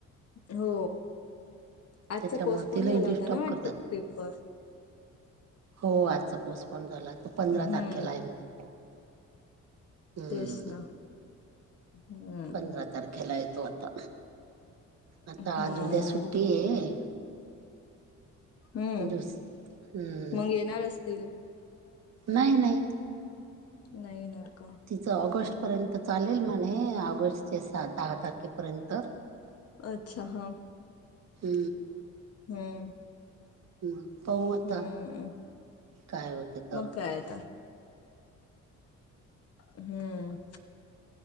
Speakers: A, on the left; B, on the right.
A: हो. आजचा
B: त्याच्यामुळे
A: पोस्टपोन
B: तिलाही
A: झाला
B: डिस्टर्ब
A: होता ना वाटत
B: करतात
A: पेपर.
B: हो आजचा पोस्टपोन झाला तो पंधरा
A: हम्म
B: तारखेला आहे म्हणे हम्म
A: तेच ना हम्म
B: पंधरा तारखेला आहे तो आता आता
A: हम्म
B: आज उद्या सुट्टी आहे
A: हम्म
B: दुस हम्म,
A: मग येणार असतील
B: नाही नाही
A: नाही येणार का
B: तिचं ऑगस्ट पर्यंत चालेल म्हणे ऑगस्ट च्या दहा तारखेपर्यंत
A: अच्छा हा
B: ह
A: हम्म
B: ह पाहु आता
A: हम्म
B: काय होते तर
A: मग काय आता हम्म